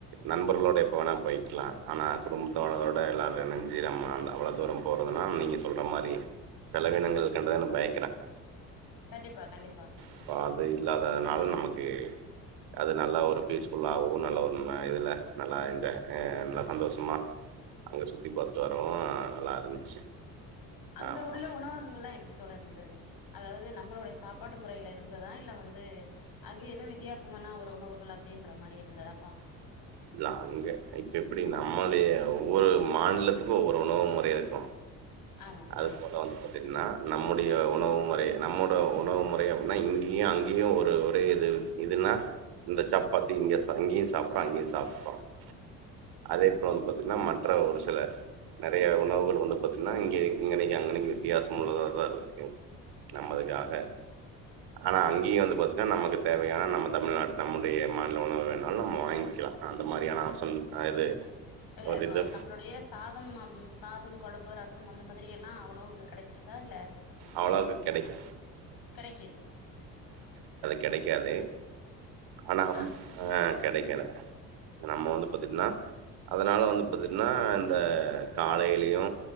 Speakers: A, on the right; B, on the left.
A: நண்பர்களோட எப்ப வேணா போயிக்கலா ஆனா குடும்பத்தோடோட எல்லாரு பதினஞ்சு ரம்மாண்ட அவ்ளோ தூரம் போறதுன்னா நீங்க சொல்ற மாரி செலவினங்கள் கண்டுதான பய
B: கண்டிப்பா கண்டிப்பா
A: இப்ப அது இல்லாதனால நமக்கு அது நல்லா ஒரு பீஸ்ஃபுல்லாவு நல்ல ஒரு இதில நல்லா என்ஜா நல்லா சந்தோஷமா அங்க சுத்தி பாத்துட்டு வரவு நல்லா இருந்துச்சு
B: அங்க
A: ஆமா
B: உள்ள உணவகங்கள்லா எப்டி தோழர் இருந்துது அதாவ்து நம்மளுடைய சாப்பாட் டு முறைல இருந்ததா இல்ல வந்து அங்க எதுவு வித்தியாசமான ஒரு உணவுகள் அப்டின்ற மாரி இருந்ததாப்பா
A: இல்ல அங்க இப்ப எப்டி நம்மளிய ஒவ்வொரு மாநிலத்துக்கு ஒவ்வொரு உணவு முறையா இருக்கு
B: ஆமா
A: அதுப்
B: ஆ
A: போல வந்து பாத்தீங்னா நம்முடைய உணவு முறை நம்மோட உணவு முறை அப்டின்னா இங்கியு அங்கியு ஒரு ஒரே இது இதுன்னா இந்த சப்பாத்தி இங்க பங்கேயும் சாப்புட
B: ம்
A: அங்கேயு சாப் <inaudible> அதே போல வந்து பாத்தீங்கன்னா மற்ற ஒரு சில நெறைய உணவுகள் வந்து பாத்தீங்கன்னா இங்க இங்கனைக்கு அங்கனைக்கு வித்தியாசம் உள்ளதாக தா இருக்கு நம்மதுக்காக ஆனா அங்கேய வந்து பாத்தீங்கன்னா நமக்கு தேவையான நம்ம தமிழ்நாட்டு நம்முடைய மாநில உணவு வேணாலும் நம்ம வாங்கிக்கலா அந்த மாரியான ஆப்ஷன் அ இது
B: இல்ல
A: ஒரு
B: இப்ப
A: இது
B: நம்மளுடைய சாதம் நம் சாதம் கொழம்பு, ரசம், அந்த மாதிரி எல்லா உணவுகள் கெடைச்சுதா இல்ல
A: அவளாது கெடைக்கு
B: க்கிடு
A: கெடைக்காது ஆனா
B: ஆ
A: ம் அஹ் கெடைக்கல நம்ம வந்து பாத்தீங்ன்னா அதனால வந்து பாத்தீன்னா இந்த காலையிலயு